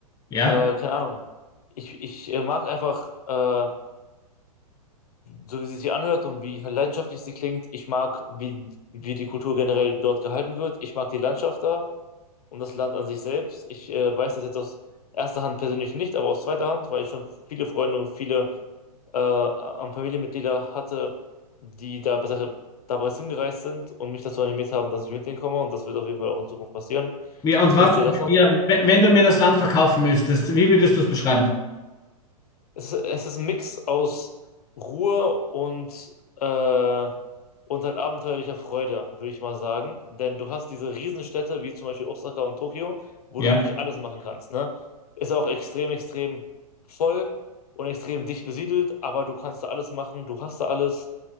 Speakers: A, on the left (about 20°); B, on the left (about 70°).
A: ja.
B: Äh, keine Ahnung. Ich, ich äh, mag einfach äh, so wie sie sich anhört und wie leidenschaftlich sie klingt. Ich mag, wie, wie die Kultur generell dort gehalten wird. Ich mag die Landschaft da und das Land an sich selbst. Ich äh, weiß das jetzt aus erster Hand persönlich nicht, aber aus zweiter Hand, weil ich schon viele Freunde und viele äh, an Familienmitglieder hatte, die da bes- da bereits hingereist sind und mich dazu animiert haben, dass ich mit denen komme und das wird auf jeden Fall auch in Zukunft passieren.
A: Wie, und
B: Deswegen
A: was,
B: steht das noch
A: ja,
B: drauf.
A: w- wenn du mir das Land verkaufen müsstest, wie würdest du es beschreiben?
B: Es, ist- es ist ein Mix aus Ruhe und, äh, und halt abenteuerlicher Freude, würde ich mal sagen. Denn du hast diese Riesenstädte, wie zum Beispiel Osaka und Tokio, wo
A: Ja,
B: du wirklich alles machen kannst, ne? Ist auch extrem, extrem voll und extrem dicht besiedelt, aber du kannst da alles machen, du hast da alles.